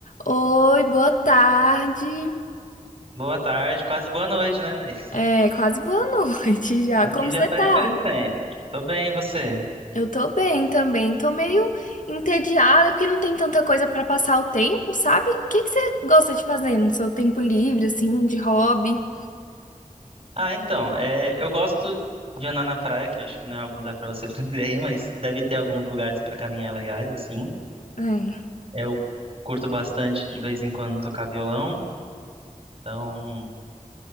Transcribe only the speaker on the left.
Oi, boa tarde.
É, quase boa <laughs> noite já.
Como
você
tá?
Eu tô bem também. Tô meio entediada porque não tem tanta coisa pra passar o tempo, sabe? O que que você gosta de fazer no seu tempo livre, assim, de hobby?
É,